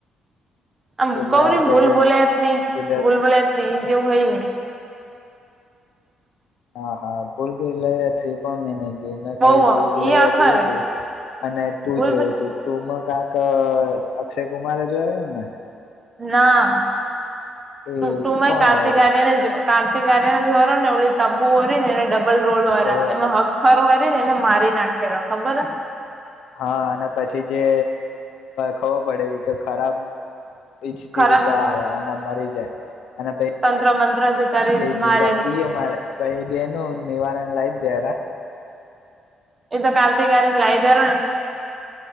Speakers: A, on the right (about 30°); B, on the left (about 80°).
A: આમ
B: એટલે
A: કવરીમ
B: આપડે
A: ભૂલ
B: જે
A: બોલ્યા
B: ગુજરાત
A: ભૂલ બોલ્યા જેવું હય ને
B: હા હા ભૂલ ભલા થ્રી પણ મેને જો યુ મેં
A: બહુ
B: ખાલી ભૂલ ભૂલૈયા
A: એ અખર
B: જોયું હતું અને ટુ
A: ભૂલ
B: જોયું
A: ભૂલ
B: હતું ટુમાં ક્યાંક અક્ષય કુમારે જોયાેલો ને
A: ના
B: એ
A: તું મા
B: કોણ
A: કાર્તિક
B: હોય
A: આર્યન જો કાર્તિક આાર્યને જોરો ને તબુ હોરી ને એને ડબલ રોલ
B: હોવે
A: એમાં હખર હોરી ને એને મારી નાખી ખે ખબર
B: હા અને પછી જે ખબર પડેલી કે ખરાબ ઈચ્છતી
A: ખરાબ
B: હતી તારે મરી જાય
A: તંત્ર મંત્ર થી કરી
B: <inaudible> એમ
A: મારેલી
B: ભાઈ બહેનનું નિવાારણ લાયદ્યાર
A: તો કાર્તિક આર્યન લઈદ્યાર